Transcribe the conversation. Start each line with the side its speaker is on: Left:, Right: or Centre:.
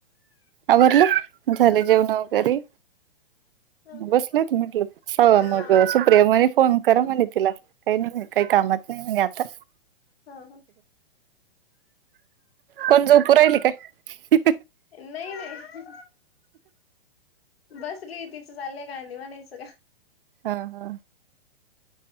Right: आवरलं झाले जेवण वगैरे?
Left: हं हं
Right: बसलेत म्हटलं मग
Left: हा
Right: सुप्रिया म्हणे फोन करा म्हणे तिला. काय नाही काही कामात नाही म्हणे आता.
Left: हा हा.
Right: कोण झोपू राहिली काय?
Left: नाई नाई बसलीय तिचं चाललंय गाणी म्हणायचं.
Right: हा हा.